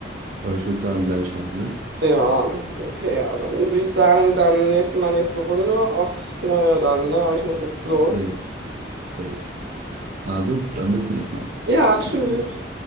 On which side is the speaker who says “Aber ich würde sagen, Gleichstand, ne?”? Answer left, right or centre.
Right